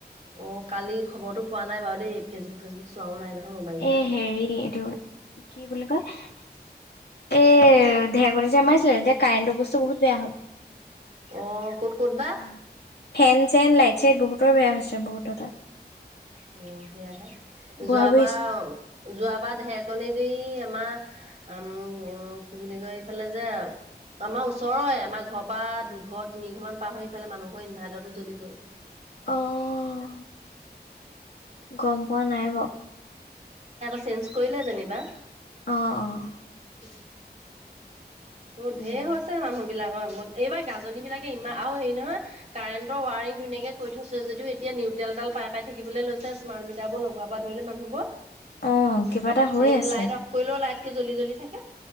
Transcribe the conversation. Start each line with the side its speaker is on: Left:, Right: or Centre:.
Right: অ কালি খবৰতটো পোৱা নাই বাৰু দেই ফেচবুক ফেচবুক চোৱাও নাই নহয় মোবাইল চোবাইল।
Left: এ হেৰি এইটো কি বুলি কয় এ মাইছিলে তেতিয়া কাৰেণ্টৰ বস্তু বহুত বেয়া হ'ল
Right: অ ক'ত ক'ত বা?
Left: মানুহে ফেন চেন লাইট চাইট বহুতৰ বেয়া হৈছে বহুতৰ তাত
Right: অ সেয়াহে
Left: বুঢ়া
Right: যোৱাবাৰ
Left: বুঢ়ী
Right: যোৱাবাৰ ঢেৰকণী দি আমাৰ উম উম কি বুলি কয় ইফালে যে আমাৰ ওচৰৰে আমাৰ ঘৰৰ পৰা দুঘৰ তিনি ঘৰ মান পাৰ হৈ ইফালে মানুহৰ ইনভাৰ্টাৰটো জ্বলি গ'ল।
Left: অহ। গম পোৱা নাই বাওঁ।
Right: চেনজ কৰিলে যেনিবা।
Left: অহ অহ।
Right: উম <unintelligible> উ ঢেৰ
Left: উম
Right: হৈছে মানুহ। বিলাকৰ এইবাৰ গাজনী বিলাকে ইমান আৰু হেৰি নহয় কাৰেণ্টৰ ৱাৰিং ধুনীয়াকে কৈ থৈছ যদিও এতিয়া নিউট্ৰেলডাল পাই পাই থাকিবলৈ লৈছে স্মাৰ্ট মিটাৰ বোৰ লগোৱাৰ পৰা ধৰিলে মানুহবোৰ।
Left: অ কিবা এটা হৈ
Right: এ
Left: আছে
Right: লাইট অফ কৰিলেও লাইট। টো জলি জলি থাকে।